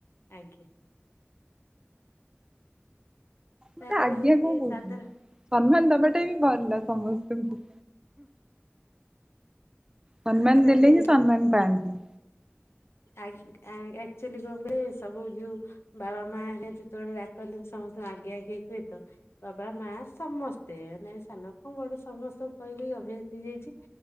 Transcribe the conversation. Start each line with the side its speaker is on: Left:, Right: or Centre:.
Left: ଆଜ୍ଞା। ତାପରେ
Right: ମତେ ଆଜ୍ଞା
Left: ହଉଛି
Right: କଁ କୋଉଛନ୍ତି।
Left: ସାଧାରଣ
Right: ସନ୍ମାନ ଦବାଟା ବି ଭଲ ସମସ୍ତଙ୍କୁ। ସନ୍ମାନ
Left: କହିଲେ
Right: ଦେଲେ ହିଁ ସନ୍ମାନ ପାଆନ୍ତି।
Left: ଆ ଆ ଆଚୁଆଲି କରିବେ ସବୁ ଯୋଉ ବାବା ମା ହେରିଆ ଯେତୋଳେ ଡାକନ୍ତି ମୁଁ ସମସ୍ତଙ୍କୁ ଆଗିଆ ଆଗିଆ କୁହେ ତ। ବାବା ମା ସମସ୍ତେ ମାନେ ସାନ କଁ ବଡ଼ ସମସ୍ତଙ୍କୁ କହି କହି ଅଭିଆ ହେଇଯାଇଛି